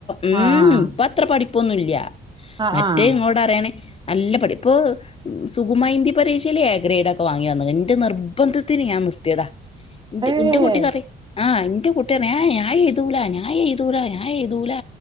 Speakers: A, on the left; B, on the right.
A: ഇ
B: ആഹ്
A: ഉ പ പഠിപ്പൊന്നുമില്ല
B: ആഹ്
A: മറ്റേ
B: ആഹ്
A: ഇങ്ങോട്ട അറിയണേ നല്ല പഠിപ്പ് ഇപ്പൊ സുകുമാ ഹിന്ദി പരീക്ഷയില എ ഗ്രേഡ ആ ഓ വാങ്ങി വന്നതാ എന്റെ നിർബന്ധത്തിന് ഞാൻ നിർത്തിയത് എ്
B: ഏഹ്
A: എന്റെ കൂട്ടുകാരി ആഹ് എന്റെ കുട്ടനേ ഞാൻ ഇതുപോലെ തന്നെയാ ഞായ എതൂല ഞാൻ എതൂല